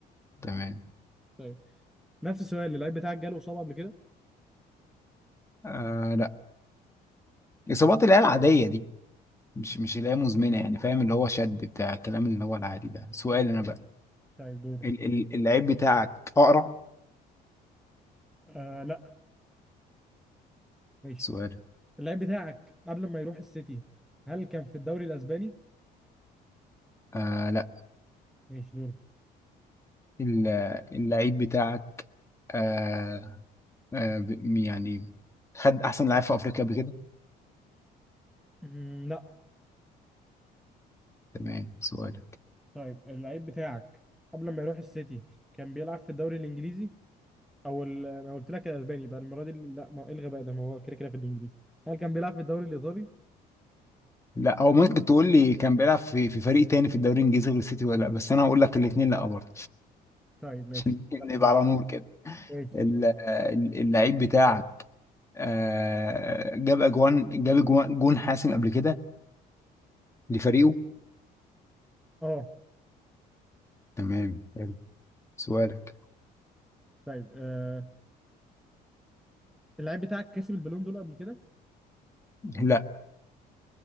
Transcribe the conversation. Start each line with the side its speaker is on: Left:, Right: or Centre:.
Left: تمام
Centre: طيب نفس السؤال اللعيب بتاعك جاله إصابة قبل كده
Left: آه لا اصابات اللي هي العاديه دي مش مش اللي هي مزمنه يعني فاهم اللي هو شد بتاع الكلام اللي هو العادي ده سؤال
Centre: أيوة.
Left: انا بقى
Centre: طيب دورك
Left: ال- ال- اللعيب بتاعك اقرع
Centre: آه لا ماشي
Left: سؤال
Centre: اللعيب بتاعك قبل ما يروح السيتي هل كان في الدوري الأسباني
Left: آه لا
Centre: ماشي دول
Left: ال- اللعيب بتاعك آه آه ب- يعني خد احسن لعيب في افريقيا قبل كده
Centre: مم، لا
Left: تمام سؤال
Centre: طيب اللعيب بتاعك قبل ما يروح السيتي كان بيلعب في الدوري الانجليزي او ال- انا قلت لك الاسباني بقى المره دي اللي... لا ما ايه الغباء ده ما هو كده كده في الانجليزي هل كان بيلعب في الدوري الايطالي
Left: لا هو ممكن تقول لي كان بيلعب في في فريق تاني في الدوري الانجليزي غير السيتي ولا لا بس انا هقول لك الاثنين لا برضه
Centre: طيب ماشي
Left: عشان نبقى
Centre: يلا دور.
Left: على نور كده
Centre: ماشي
Left: ال- ال- اللعيب بتاعك آه، جاب اجوان جاب أجوان- جون حاسم قبل كده لفريقه
Centre: اه
Left: تمام حلو سؤالك
Centre: طيب آه... اللعيب بتاعك كسب البالون دول قبل كده
Left: لا